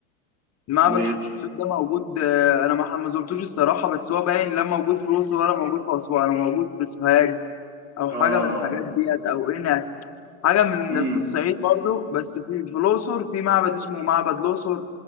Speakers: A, on the left (about 35°); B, on the right (about 90°).
A: معبد
B: و
A: حتشبسوت ده موجود آه، انا ما ما زرتوش الصراحه بس هو باين لا موجود في الاقصر ولا موجود في اسوان هو موجود في سوهاج او
B: آه
A: حاجه من الحاجات ديت او قنا حاجه من
B: مم.
A: في الصعيد برضو بس في في الاقصر في معبد اسمه معبد الاقصر